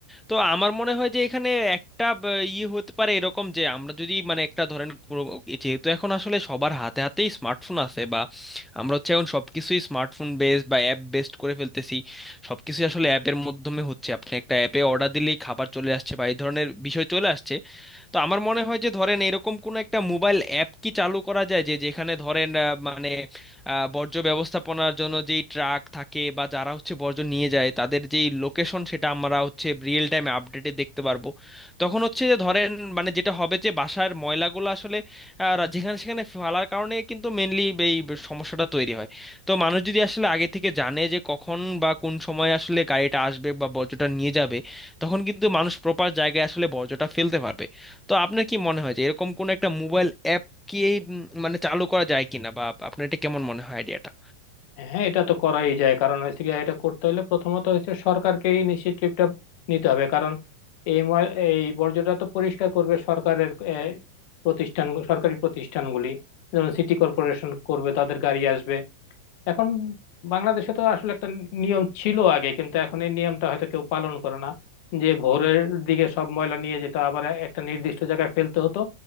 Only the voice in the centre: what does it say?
তো আমার মনে হয় যে এখানে একটা ব- ইয়ে হতে পারে এরকম যে আমরা যদি মানে একটা ধরেন পুরো- যেহেতু এখন আসলে সবার হাতে হাতেই স্মার্টফোন আছে বা আমরা হচ্ছে এখন সবকিছুই স্মার্টফোন বেসড বা অ্যাপ বেসড করে ফেলতেছি সবকিছুই আসলে অ্যাপের মাধ্যমে হচ্ছে আপনি একটা অ্যাপে অর্ডার দিলেই খাবার চলে আসছে বা এই ধরনের বিষয় চলে আসছে তো আমার মনে হয় যে ধরেন এরকম কোন একটা মোবাইল অ্যাপ কি চালু করা যায় যে যেখানে ধরেন আহ, মানে আহ, বর্জ্য ব্যবস্থাপনার জন্য যেই ট্রাক থাকে বা যারা হচ্ছে বর্জ্য নিয়ে যায় তাদের যেই লোকেশন সেটা আমরা হচ্ছে রিয়েল টাইমে আপডেটে দেখতে পারবো তখন হচ্ছে যে ধরেন মানে যেটা হবে যে বাসার ময়লাগুলো আসলে আহ, রা- যেখানে সেখানে ফেলার কারণে কিন্তু মেনলি এই সমস্যাটা তৈরি হয় তো মানুষ যদি আসলে আগে থেকে জানে যে কখন বা কোন সময় আসলে গাড়িটা আসবে বা বর্জ্যটা নিয়ে যাবে তখন কিন্তু মানুষ প্রপার জায়গায় আসলে বর্জ্যটা ফেলতে পারবে তো আপনার কি মনে হয় যে এরকম কোন একটা মোবাইল অ্যাপ কি এই উম, মানে চালু করা যায় কিনা বা আপনার এটা কেমন মনে হয় আইডিয়াটা